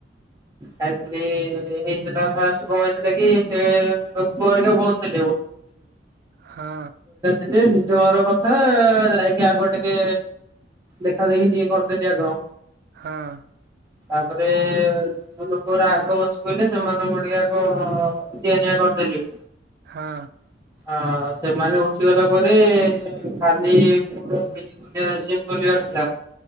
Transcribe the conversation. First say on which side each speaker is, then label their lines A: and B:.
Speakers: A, on the right; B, on the right.
A: ଖାଇଥିଲି ହେଇଥିଲା ଫାଷ୍ଟ କଣ ହେଇଥିଲା କି ସେ ଲୋକହେରିକ ବହୁତ
B: ହଁ
A: <inaudible> ନିଜ ଘର କଥା ଯାଇକି ଆଗ ଟିକେ ଦେଖା ଦେଖି ଟିକେ କରିଦେଲି ଆଗ।
B: ହଁ।
A: ତାପରେ। ଯୋଉ ଲୋକର ଆଗ ବସି କଲେ ସେମାନଙ୍କୁ ଟିକେ ଆଗ ଦିଆନିଆ କରିଦେଲି।
B: ହଁ
A: ହଁ ସେମାନେ ଉଠିଗଲା ପରେ ଖାଲି ଯିଏ ଖୋଲିବାର ଥିଲା।